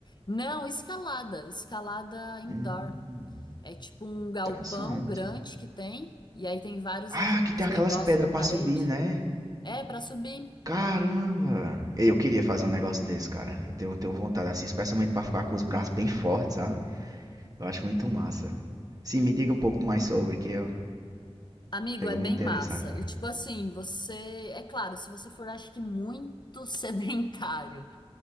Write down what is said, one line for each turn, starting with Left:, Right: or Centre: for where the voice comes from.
Left: Não, escalada. Escalada indoor.
Right: Hum,
Left: É tipo um galpão
Right: interessante.
Left: grande que tem, e aí tem vários
Right: Ah,
Left: aqueles
Right: que tem
Left: negócios
Right: aquelas pedras
Left: na
Right: pra
Left: parede.
Right: subir, né?
Left: É, pra subir.
Right: Caramba! Ei, Eu queria fazer um negócio desse, cara. Eu tenho, tenho vontade, assim, especialmente pra ficar com os braços bem fortes, sabe? Eu acho muito massa. Sim, me diga um pouco mais sobre, que eu
Left: Amigo,
Right: pegou
Left: é bem
Right: meu interesse
Left: massa.
Right: agora.
Left: E tipo assim, você. É claro, se você for, acho que muito <laughs> sedentário,